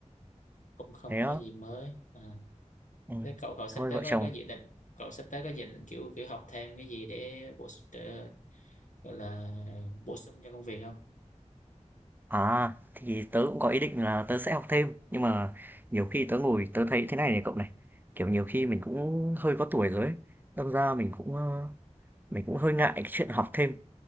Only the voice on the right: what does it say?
Thế
á?
Ừm,
thôi
vợ
chồng
à, thì tớ cũng có ý định là tớ sẽ học thêm, nhưng mà nhiều khi tớ ngồi tớ thấy thế này này cậu này, kiểu, nhiều khi mình cũng hơi có tuổi rồi ấy, đâm ra mình cũng, ơ, mình cũng hơi ngại cái chuyện học thêm.